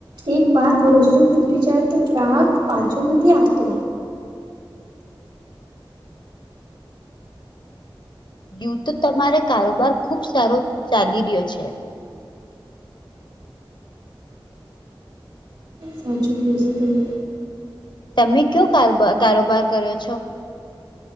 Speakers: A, on the right; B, on the left.
A: એક વાર ભરોસો તૂટી જાય તો, ગ્રાહક પાછો નથી આવતો.
B: યુ તો તમારે કારોબાર ખુબ સારો ચાલી રહ્યો છે.
A: સાચું કયો છો તમે,
B: તમે કયો કારોબ કારોબાર કરો છો.